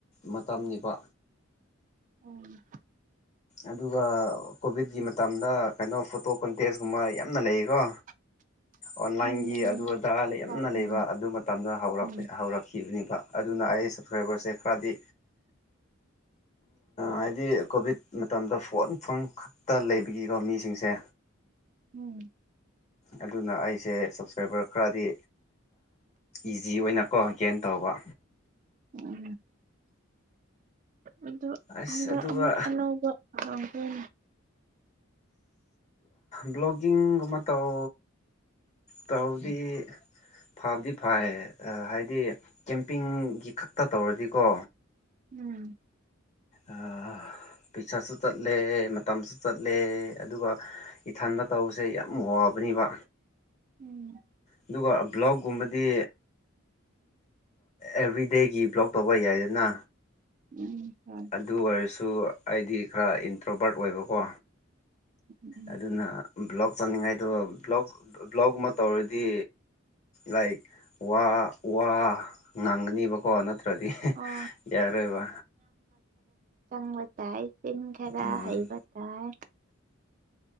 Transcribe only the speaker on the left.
ꯃꯇꯝꯅꯤꯅꯤꯕ
ꯑꯗꯨꯒ ꯀꯣꯚꯤꯠꯀꯤ ꯃꯇꯝꯗ ꯀꯩꯅꯣ ꯐꯣꯇꯣ ꯀꯣꯟꯇꯦꯛꯁꯀꯨꯝꯕ ꯌꯥꯝꯅ ꯂꯩꯌꯦꯀꯣ
ꯑꯣꯟꯂꯥꯏꯟꯒꯤ
ꯑꯗꯨ ꯑꯗꯥ ꯂꯩ ꯌꯥꯝꯅ
ꯂꯩꯕ
ꯑꯗꯨ ꯃꯇꯝꯗꯔ
ꯍꯧꯔꯛꯈꯤꯕꯅꯦꯕ ꯑꯗꯨꯅ ꯑꯩ ꯁꯞꯁꯀ꯭ꯔꯥꯏꯕꯔꯁꯦ ꯈꯔꯗꯤ
ꯍꯥꯏꯗꯤ ꯀꯣꯚꯤꯠ ꯃꯇꯝꯗ ꯐꯣꯟ ꯐꯣꯟ ꯈꯛꯇ ꯂꯩꯕꯒꯤꯀꯣ ꯃꯤꯁꯤꯡꯁꯦ
ꯑꯗꯨꯅ ꯑꯩꯁꯦ ꯁꯞꯁꯀ꯭ꯔꯥꯏꯕꯔ ꯈꯔꯗꯤ ꯏꯖꯤ ꯑꯣꯏꯅꯀꯣ ꯀꯦꯅ ꯇꯧꯕ
ꯑꯁ
ꯑꯗꯨꯒ
ꯕ꯭ꯂꯣꯒꯤꯡꯒꯨꯝꯕ ꯇꯧ ꯇꯧꯗꯤ ꯐꯕꯗꯤ ꯐꯩ ꯍꯥꯏꯗꯤ ꯀꯦꯝꯄꯤꯡꯒꯤ ꯈꯛꯇ ꯇꯧꯔꯗꯤꯀꯣ
ꯑ ꯄꯤꯁꯠꯁꯨ ꯆꯠꯂꯦ ꯃꯇꯝꯁꯨ ꯆꯠꯂꯦ ꯑꯗꯨꯒ ꯏꯊꯟꯗ ꯇꯧꯕꯁꯦ ꯌꯥꯝ ꯋꯥꯕ ꯑꯕꯅꯤꯕ
ꯑꯗꯨꯒ ꯕ꯭ꯂꯣꯛꯒꯨꯝꯕꯗꯤ ꯑꯦꯚ꯭ꯔꯤꯗꯦꯒꯤ ꯕ꯭ꯂꯣꯛ ꯇꯧꯕ ꯌꯥꯏꯗꯅ
ꯑꯗꯨ ꯑꯣꯏꯔꯁꯨ ꯑꯩꯗꯤ ꯈꯔ ꯏꯟꯇ꯭ꯔꯣꯕꯥꯔꯠ ꯑꯣꯏꯕꯀꯣ
ꯑꯗꯨꯅ ꯕ꯭ꯂꯣꯛ ꯇꯧꯅꯤꯡꯉꯥꯏꯗ ꯕꯣꯛ ꯕ꯭ꯂꯣꯛꯨꯝ ꯑꯃ ꯇꯧꯔꯗꯤ ꯂꯥꯏꯛ ꯋꯥ ꯋꯥ ꯉꯥꯡꯒꯅꯤꯕꯀꯣ ꯅꯠꯇ꯭ꯔ ꯭ꯔꯗꯤ
ꯌꯥꯔ ꯑꯣꯏꯕ
ꯎꯝ